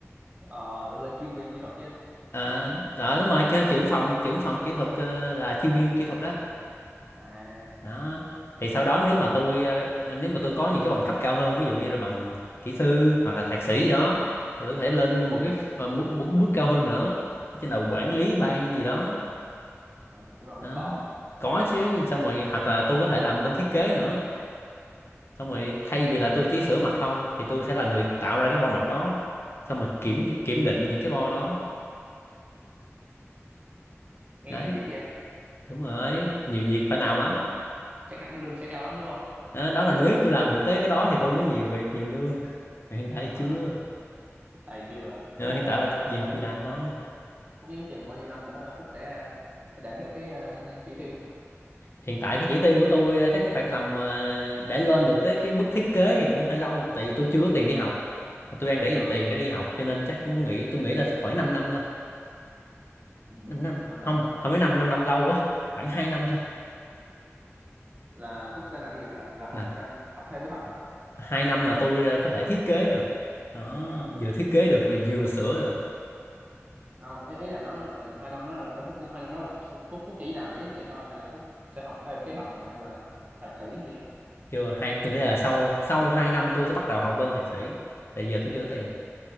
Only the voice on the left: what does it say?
À, đó đúng rồi, chứ trưởng phòng trưởng phòng kỹ thuật ờ, là chuyên viên kỹ thuật đó.
Đó. Thì sau đó nếu mà tôi ờ, nếu mà tôi có những cái bằng cấp cao hơn, ví dụ như là bằng kỹ sư hoặc là thạc sĩ gì đó thì tôi có thể lên một cái ờ, một, một cái bước cao hơn nữa, đó chính là quản lý ban gì đó.
Đó.
Có chứ, xong rồi hoặc là tôi có thể làm bên thiết kế nữa. xong rồi thay vì là tôi chỉ sửa mạch không thì tôi sẽ là người tạo ra cái bo mạch đó xong rồi kiểm kiểm định những cái bo đó
đấy
đúng rồi nhiều việc
phải làm
lắm
đó, đó là nếu tôi làm được tới cái đó thì tôi mới nhiều việc nhiều lương Mà hiện tại
thì chưa
Ờ,
hiện
tại là gì học gì làm thôi
hiện tại cái chỉ tiêu của tôi ờ, chắc cũng khoảng tầm ờ, để lên được tới cái bước thiết kế thì cũng hơi lâu tại vì tôi chưa có tiền đi học mà tôi đang để dành
tiền để đi học cho nên chắc cũng nghĩ tôi nghĩ là khoảng 5 năm thôi
5 năm
không
không phải 5 năm năm lâu quá khoảng 2 năm thôi
Nè,
hai năm là tôi ờ, có thể thiết kế được đó vừa thiết kế được mà vừa sửa được
chưa hai tôi nghĩ là sau sau hai năm tôi sẽ bắt đầu học lên thạc sĩ tại giờ tôi
chưa có tiền